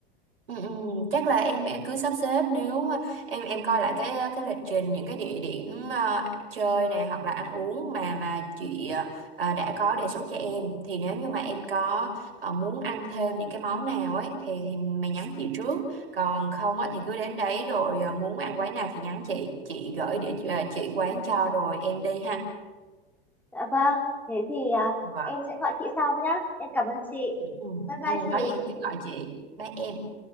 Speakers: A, on the right; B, in the centre.
A: Ừ, ừ, chắc là em em cứ sắp xếp nếu mà em em coi lại cái cái lịch trình những cái địa điểm ờ, chơi này hoặc là ăn uống mà mà chị ờ, đã có đề xuất cho em thì nếu như mà em có ờ, muốn ăn thêm những cái món nào ấy thì thì mày nhắn chị trước còn không á thì cứ đến đấy rồi ờ, muốn ăn quán nào thì nhắn chị chị gửi địa chỉ- ờ, chị quán cho rồi em đi ha
B: Dạ vâng, thế thì à,
A: Vâng
B: em sẽ gọi chị sau nhá. Em cảm ơn chị.
A: ừ,
B: Bye bye
A: ừ,
B: chị.
A: có gì thì cứ gọi chị bye em